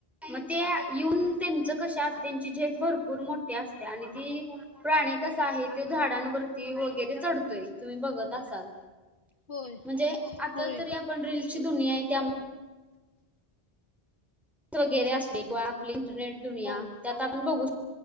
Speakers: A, in the centre; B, on the left.
A: मग त्या येऊन त्यांचं कशी असते, त्यांची झेप भरपूर मोठी असते आणि ती प्राणी कसा आहे, तो झाडांवरती वगैरे चढतोय, तुम्ही बघत असाल?
B: होय
A: म्हणजे आता
B: होय
A: तरी आपण रील ची दुनियाय त्या त वगैरे असले किंवा आपली इंटरनेट दुनिया,
B: हो
A: त्यात आपण बघू श